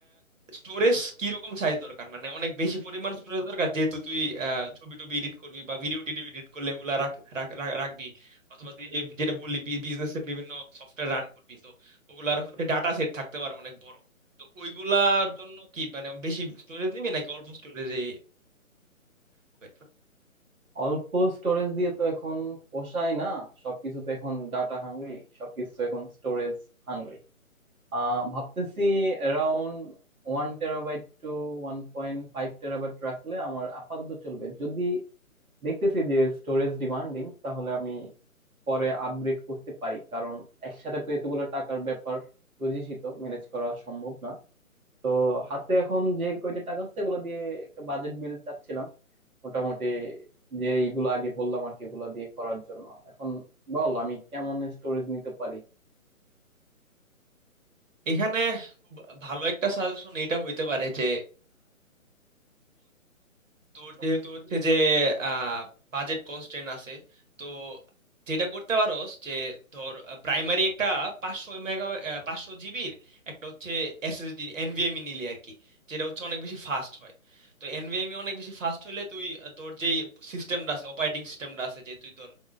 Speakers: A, on the right; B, on the right.
A: স্টোরেজ কি রকম সাইজ দরকার মানে অনেক বেশি পরিমাণ স্টোরেজ দরকার যেহেতু তুই আহ, ছবি টবি এডিট করবি বা ভিডিও টিডিও এডিট করলে ওগুলা রাখ রাখ- রাখ- রাখবি অথবা তুই যে যেটা বললি বিজনেসের বিভিন্ন সফটওয়্যার রান করবি তো ওগুলার হচ্ছে ডাটা সেট থাকতে পারে অনেক বড় তো ওইগুলার জন্য কি মানে বেশি স্টোরেজ নিবি নাকি অল্প স্টোরেজে হবে
B: অল্প স্টোরেজ দিয়ে তো এখন পোষায় না সবকিছু তো এখন ডাটা হাংরি সবকিছু তো এখন স্টোরেজ হাংরি আহ ভাবতেছি অ্যারাউন্ড ওয়ান টেরাবাইট টু ওয়ান পয়েন্ট ফাইভ টেরাবাইট রাখলে আমার আপাতত চলবে যদি দেখতেছি যে স্টোরেজ ডিমান্ডিং তাহলে আমি পরে আপগ্রেড করতে পারি কারণ একসাথে তো এতগুলো টাকার ব্যাপার বুঝিসই তো ম্যানেজ করা সম্ভব না তো হাতে এখন যে কয়টা টাকা আছে এগুলো দিয়ে একটা বাজেট বিল চাচ্ছিলাম মোটামুটি যে এইগুলো আগে বললাম আর কি এগুলো দিয়ে করার জন্য এখন বল আমি কেমন স্টোরেজ নিতে পারি
A: এখানে খুব ভালো একটা সাজেশন এটা হইতে পারে যে তো যেহেতু হচ্ছে যে আহ বাজেট কনস্ট্রেন্ট আছে তো যেটা করতে পারো যে ধর প্রাইমারি একটা পাঁচশো মেগা পাঁচশো জিবির একটা হচ্ছে এসএসডি এনভিএমই নিলি আর কি যেটা হচ্ছে অনেক বেশি ফাস্ট হয় তো এনভিএমই অনেক বেশি ফাস্ট হলে তুই আহ, তোর যেই সিস্টেমটা আছে অপারেটিং সিস্টেমটা আছে যে তুই ধর